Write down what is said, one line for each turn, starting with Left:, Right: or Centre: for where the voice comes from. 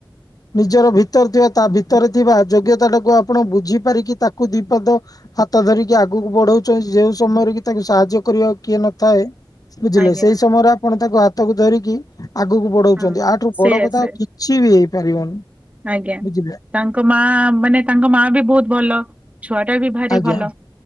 Left: ନିଜର ଭିତରେ ଥିବା ତା ଭିତରେ ଥିବା ଯୋଗ୍ୟତାଟାକୁ ଆପଣ ବୁଝିପାରିକି ତାକୁ ଦିପଦ ହାତ ଧରିକି ଆଗକୁ ବଢଉଛନ୍ତି ଯୋଉ ସମୟରେ କି ତାଙ୍କୁ ସାହାଯ୍ୟ କରିବା କିଏ ନଥାଏ? ବୁଝିଲେ
Right: ଆଜ୍ଞା
Left: ସେଇ ସମୟରେ ଆପଣ ତାକୁ ହାତକୁ ଧରିକି ଆଗକୁ ବଢଉଛନ୍ତି
Right: ହଁ
Left: ଆଠୁ
Right: ସେ
Left: ବଡ କଥା
Right: ସେ
Left: ଆଉ କି କିଛି ବି ହେଇପାରିବନି।
Right: ଆଜ୍ଞା
Left: ବୁଝିଲେ
Right: ତାଙ୍କ ମା ମାନେ ତାଙ୍କ ମା ବି ବହୁତ ଭଲ। ଛୁଆଟା ବି ଭାରି
Left: ଆଜ୍ଞା
Right: ଭଲ